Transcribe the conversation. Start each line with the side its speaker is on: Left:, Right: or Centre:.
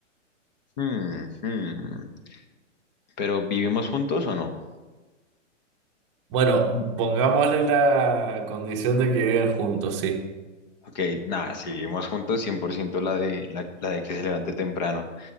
Left: hmm, hmm. ¿Pero vivimos juntos o no?
Right: Bueno, pongámosle la condición de que viven juntos, sí.
Left: Ok, nada, si vivimos juntos, 100% la de, la, la de que se levante temprano.